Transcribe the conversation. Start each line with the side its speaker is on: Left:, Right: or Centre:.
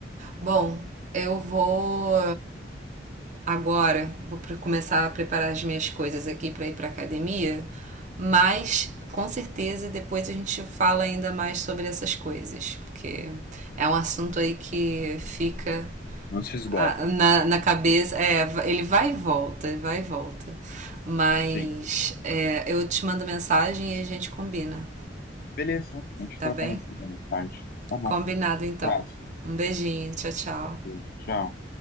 Right: Bom, eu vou agora, vou começar a preparar as minhas coisas aqui para ir para academia, mas com certeza depois a gente fala ainda mais sobre essas coisas, porque é um assunto aí que fica
Left: Não se esgota.
Right: ah, na, na cabeça, é, ele vai e volta, vai e volta. Mas
Left: Sim.
Right: é, eu te mando mensagem e a gente combina,
Left: Beleza, a gente
Right: tá
Left: troca
Right: bem?
Left: mais ideia mais tarde. Tá bom,
Right: Combinado então.
Left: abraço.
Right: Um beijinho, tchau, tchau.
Left: Beijo, Tchau.